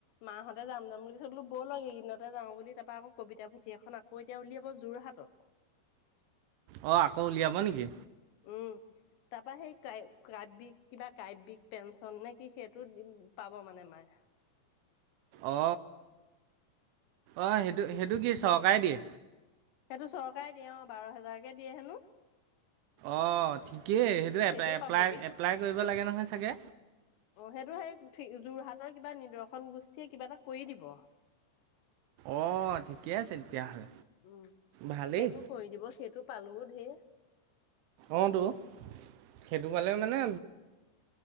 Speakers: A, on the left (about 75°); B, on the right (about 80°).
A: মাহঁতে যাম যাম বুলি কছে বো বৰ লেইদিনতে যাওঁ বুলি তাৰপা আকৌ কবিতা পুথি এখন আকৌ এতিয়া উলিয়াব যোৰহাটত
B: অ আকৌ উলিয়াবা নেকি?
A: উম তাৰপৰা সেই কা কাব্যিক কিবা কাব্যিক পেঞ্চন নে কি সেইটো দিম পাব মানে মায়ে
B: অ অ সেইটো সেইটো কি চৰকাৰে দিয়ে
A: সেইটো চৰকাৰে দিয়ে অ বাৰ হোজাৰকে দিয়ে হেনো
B: অ ঠিকেই সেইটো
A: তাৰপা সেইটোও
B: এপ্লাই
A: পাবগে
B: এপ্লাই কৰিব লাগে নহয় চাগে
A: অ সেইটো সেই উঠি যোৰহাটৰ কিবা নিদৰ্শন গোষ্ঠীয়ে কিবা এটা কৰি দিব
B: অ ঠিকে আছে তেতিয়াহলে
A: উম
B: ভালেই
A: সেইটো কৰি দিব সেইটো পালো ধেৰি
B: অ তো সেইটো কৰালে মানে